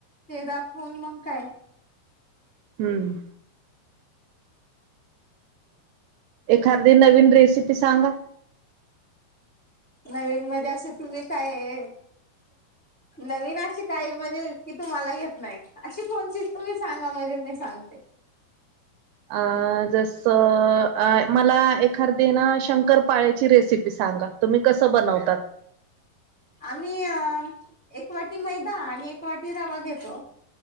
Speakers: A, on the left; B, on the right.
A: ते दाखवून, मंग काय?
B: हम्म. एखार्धि नवीन रेसिपी सांगा.
A: नवीन मजे अशे तुम्ही काय? नवीन अशे काही म्हणजे की तुम्हाला येत नाहीत. अशी कोणचीच तुम्ही सांगा, म्हणजे मी सांगते.
B: अ... जसं आ मला एखार्दी ना शंकरपाळ्याची रेसिपी सांगा. तुम्ही कसं बनवतात?
A: आम्ही अ... एक वाटी मैदा आणि एक वाटी रवा घेतो.